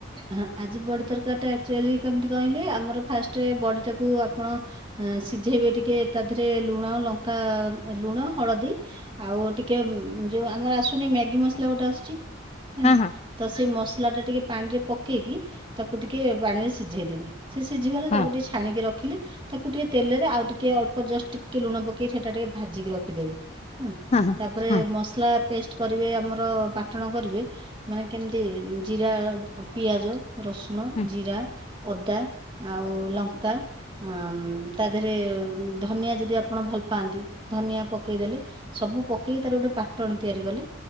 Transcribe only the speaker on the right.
ଆ ଆଜି ବଡ଼ି ତରକାରୀ ଟା ଆକଚୁଆଲି କେମିତି କହିଲେ ଆମର ଫାଷ୍ଟ ବଡ଼ିଟାକୁ ଆପଣ ଅ ସିଝେଇବେ ଟିକେ ତା ଦେହରେ ଲୁଣ ଲଙ୍କା ଲୁଣ ହଳଦୀ ଆଉ ଟିକେ ଯଉଁ ଆମର ଆସୁନି ମ୍ୟାଗି ମସଲା ଗୋଟେ ଆସୁଚି ହେଲା
ତ ସେଇ ମସଲା ଟା ଟିକେ ପାଣିରେ ପକେଇକି ତାକୁ ଟିକେ ପାଣିରେ ସିଝେଇଦେବେ। ସେ ସିଝିଗଲେ
ତାକୁ ଟିକେ ଛାଣିକି ରଖିଲି ତାକୁ ଟିକେ ତେଲରେ ଆଉ ଟିକେ ଅଳ୍ପ ଜଷ୍ଟ ଟିକେ ଲୁଣ ପକେଇ ସେଟା ଟିକେ ଭାଜିକି ରଖିଦେବେ।
ତାପରେ
ମସଲା ପେଷ୍ଟ କରିବେ ଆମର ବାଟଣ କରିବେ। ମାନେ କେମିତି ଜିରା, ପିଆଜ, ରସୁଣ,
ଜିରା, ଅଦା ଆଉ ଉ ଲଙ୍କା ଅ ତା ଦେହରେ ଧନିଆ ଯଦି ଆପଣ ଭଲ ପାଆନ୍ତି ଧନିଆ ପକେଇଦେଲେ। ସବୁ ପକେଇକି ତାର ଗୋଟେ ପାଟଣ ତିଆରି କଲେ